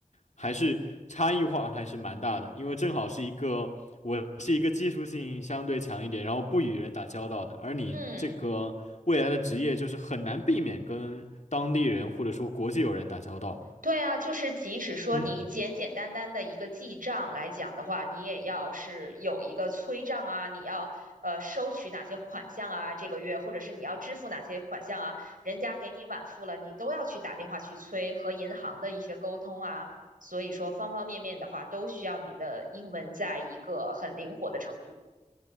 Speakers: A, on the left; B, on the right.
A: 还是差异化还是蛮大的。因为正好是一个，我是一个技术性相对强一点，然后不与人打交道的，而你这个未来的职业就是很难避免跟当地人或者说国际友人打交道。
B: 嗯。对啊，就是即使说你简简单单的一个记账来讲的话，
A: 嗯。
B: 你也要是有一个催账啊，你要呃收取哪些款项啊，这个月或者是你要支付哪些款项啊，人家给你晚付了，你都要去打电话去催和银行的一些沟通啊，所以说方方面面的话都需要你的英文在一个很灵活的程度。